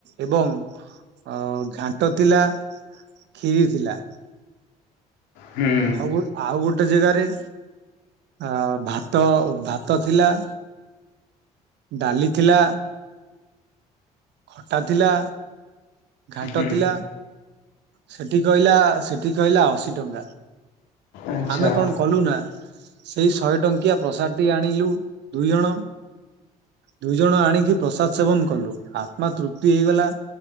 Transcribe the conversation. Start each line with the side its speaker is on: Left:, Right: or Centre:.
Right: ଏବଂ ଅ ଘାଣ୍ଟ ଥିଲା କ୍ଷୀରି ଥିଲା।
Left: ହୁଁ
Right: ଅଉଗୋଟ ଆଉ ଗୋଟେ ଜାଗାରେ ଆଁ ଭାତ ଭାତ ଥିଲା ଡାଲି ଥିଲା। ଖଟା ଥିଲା, ଘାଣ୍ଟ
Left: ହୁଁ।
Right: ଥିଲା। ସେଠି କହିଲା, ସେଠି କହିଲା ଅଶୀ ଟଙ୍କା
Left: ଆଚ୍ଛା
Right: ଆମେ କଣ କଲୁ ନା ସେଇ ଶହେ ଟଙ୍କିଆ ପ୍ରସାଦ ଟି ଆଣିଲୁ ଦୁଇ ଜଣ ଦୁଇ ଜଣ ଆଣିକି ପ୍ରସାଦ ସେବନ କଲୁ ଆତ୍ମା ତୃପ୍ତି ହେଇଗଲା।